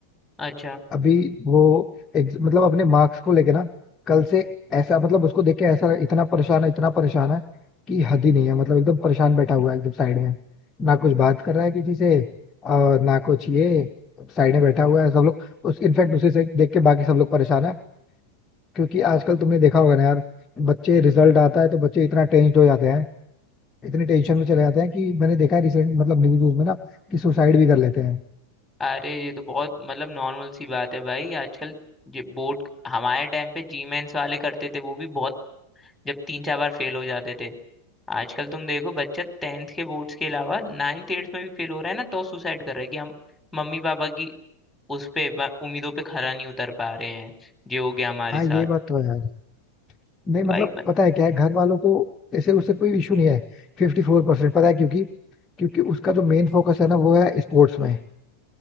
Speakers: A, in the centre; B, on the left.
A: अच्छा
B: अभी वो ex- मतलब अपने मार्क्स को लेके ना कल से ऐसा मतलब उसको देख के ऐसा इतना परेशान है इतना परेशान है कि हद ही नहीं है मतलब एकदम परेशान बैठा हुआ है एकदम साइड में ना कुछ बात कर रहा है किसी से और ना कुछ ये साइड में बैठा हुआ है सब लोग उस इनफैक्ट उसे से देख के बाकी सब लोग परेशान है क्योंकि आजकल तुमने देखा होगा ना यार बच्चे रिजल्ट आता है तो बच्चे इतना टेंस्ड हो जाते हैं इतनी टेंशन में चले जाते हैं कि मैंने देखा है रिसेंट मतलब न्यूज में ना कि सुसाइड भी कर लेते हैं
A: अरे ये तो बहुत मतलब नॉर्मल सी बात है भाई आजकल जो बोर्ड हमारे टाइम पे जीमेंस वाले करते थे वो भी बहुत जब तीन चार बार फेल हो जाते थे आजकल तुम देखो बच्चा टेंथ के बोर्ड्स के अलावा नाइन्थ एट्थ में भी फेल हो रहा है ना तो सुसाइड कर रहा है कि हम मम्मी पापा की उस पे म- उम्मीदों पे खरा नहीं उतर पा रहे हैं ये हो गया हमारे
B: हाँ
A: साथ
B: ये बात तो है यार नहीं मतलब
A: भाई मत
B: पता है क्या है घर वालों को ऐसे उससे कोई इशू नहीं है फिफ्टी फोर परसेंट पता है क्योंकि क्योंकि उसका जो मेन फोकस है ना वो है स्पोर्ट्स में